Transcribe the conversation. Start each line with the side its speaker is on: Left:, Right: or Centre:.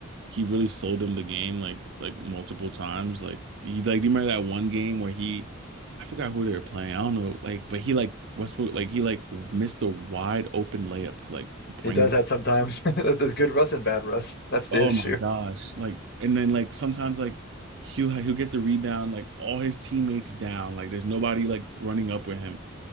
Right: he really sold him the game like like multiple times. Like he like do you remember that one game where he I forgot who they were playing. I don't know. Like but he like Westbrook like he like missed a wide open layup to like bring
Left: he does
Right: them.
Left: that sometimes. <laughs> There's there's good Russ and bad Russ. That's the
Right: Oh
Left: issue.
Right: my gosh. Like and then like sometimes like he'll he'll get the rebound like all his teammates down. Like there's nobody like running up with him